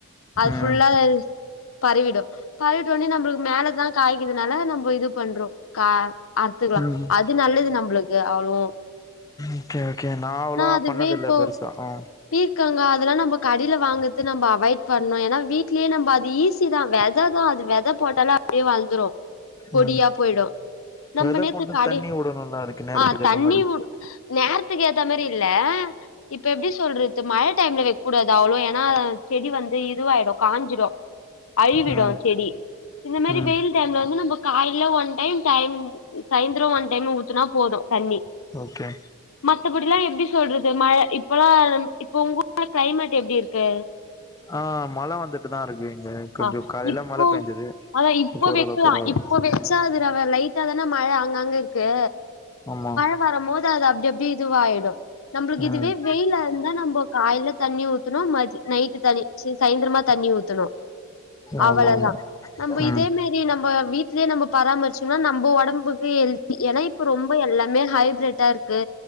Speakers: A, on the left (about 70°); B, on the left (about 15°).
A: அது
B: ம்
A: ஃபுல்லா பரவிடு பறவிட்டோனே நம்ளுக்கு மேலதா காய்க்கிதுனால நம்ம இது பண்றோ கா அத்துக்கலா
B: ம்
A: அது நல்லது நம்மளுக்கு அவ்ளோ
B: ஓகே ஓகே நா அவ்ளோவா
A: அதுவே
B: பண்ணதில்ல
A: இப்போ
B: பெருசா ஆ
A: பீர்க்கங்கா அதெல்லா நம்ம கடயில வாங்கறது நம்ம அவாய்ட் பண்ணு ஏனா வீட்லேயே நம்ம அது ஈஸி தா வெத தா அது வெத போட்டாலு அப்டியே வந்துடு கொடியா
B: ம்
A: போய்டு நம்ம
B: வெத
A: நேத்து
B: போட்டு
A: கட
B: தண்ணி வுடணுல்ல அதுக்கு நேரத்துக்கு
A: ஆ
B: ஏத்த
A: தண்ணி
B: மாரி
A: ஊத் நேரத்துக்கு ஏத்த மாரி இல்ல இப்ப எப்டி சொல்றது மழ டைம்ல வைக்கக்கூடாது அவ்ளோ ஏன்னா செடி வந்து இதுவாயிடு காஞ்சிடு அழிவிடு
B: ம்
A: செடி இந்த மாரி
B: ம்
A: வெயில் டைம்ல வந்து நம்ம காலைல ஒன் டைம் சாயந் சாயந்திர ஒன் டைம் ஊத்தனா போது தண்ணி
B: ஓகே
A: மத்தபடி எல்லா எப்டி சொல்றது மழ இப்பல்லா இப்ப உங்க ஊர் கிளைமேட் எப்டி இருக்கு
B: ஆ மழ வந்துட்டுதா இருக்கு இங்க கொஞ்சோ
A: ஆ
B: காலைல
A: இப்ப
B: மழ பேஞ்சது
A: அதா இப்போ
B: இப்ப ஓரளவு
A: வைக்கலா
B: பரவால்ல
A: இப்போ வச்சா அத லைட்டா தானே மழ அங்கங்க இருக்கு
B: ஆமா
A: பெருசா வரும்போது அது அப்டி அப்டி இதுவாயிடு நம்ளுக்கு
B: ம்
A: இதுவே வெயிலா இருந்தா நம்ப காலைல தண்ணி ஊத்தணு மத்திய நைட் தண்ணி ச்சு சாயந்திரமா தண்ணி ஊத்தணு அவ்வளதா
B: ஆமா ஆமா
A: நம்ம இதே
B: ம்
A: மாரி நம்ம வீட்லயே நம்ம பராமரிச்சோம்னா நம்ம ஒடம்புக்கு ஹெல்த் ஏன்னா இப்ப ரொம்ப எல்லாமே ஹைப்பிரட்டா இருக்கு